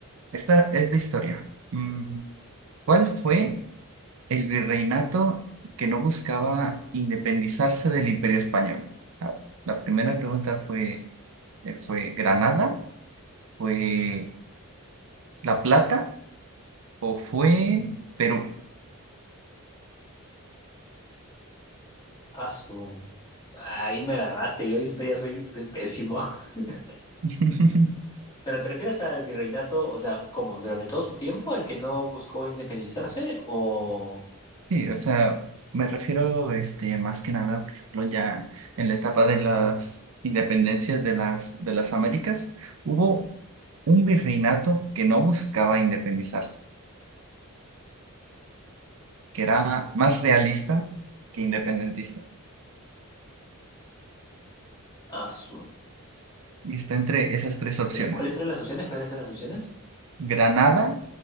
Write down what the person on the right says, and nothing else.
esta es de historia. Mm, ¿Cuál fue el virreinato que no buscaba independizarse del Imperio Español? Ah, La primera pregunta fue: eh, ¿fue Granada? ¿Fue La Plata? ¿O fue Perú?
<laughs>
Sí, o sea, me refiero este, más que nada, por ejemplo, ya en la etapa de las independencias de las, de las Américas, hubo un virreinato que no buscaba independizarse, que era más realista que independentista.
Y está entre esas tres opciones,
Granada,